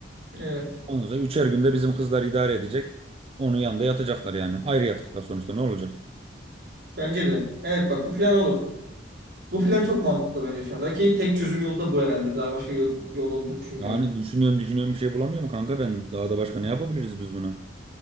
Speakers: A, on the right; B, on the right.
A: Evet.
B: Ondan sonra üçer günde bizim kızlar idare edecek. Onun yanında yatacaklar yani. Ayrı yataklar sonuçta ne olacak?
A: Bence de. Evet bak bu plan olur. Bu plan çok mantıklı bence şu anda ki tek çözüm yolu da bu herhalde. Daha başka yol, yol olduğunu düşünmüyorum.
B: Yani düşünüyorum düşünüyorum bir şey bulamıyorum kanka ben. Daha da başka ne yapabiliriz biz bunu?